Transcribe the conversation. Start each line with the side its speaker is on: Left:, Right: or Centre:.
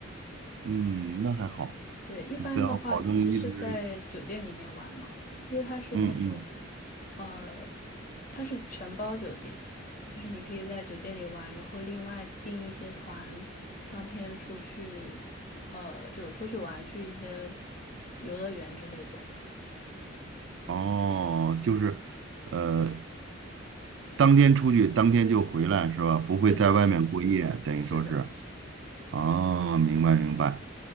Right: 嗯，那还好，
Left: 对，一般的话其实是在酒店里面玩嘛，
Right: 只要保证一直，
Left: 因为它是那种，
Right: 嗯嗯，
Left: 呃，它是全包酒店，就是你可以在酒店里玩，然后另外订一些团，当天出去，呃，就出去玩，去一些游乐园之类的。
Right: 哦，就是，呃，当天出去，当天就回来是吧？不会在外面过夜，
Left: 对的，对的，
Right: 等于说是，
Left: 是的。
Right: 哦，明白明白。